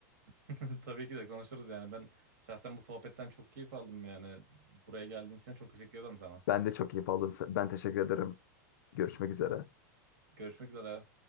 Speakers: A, on the right; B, on the left.
A: <laughs> tabii ki de konuşuruz yani ben şahsen bu sohbetten çok keyif aldım yani buraya geldiğin için de çok teşekkür ederim sana
B: Ben de çok keyif aldım. Ben teşekkür ederim. Görüşmek üzere.
A: görüşmek üzere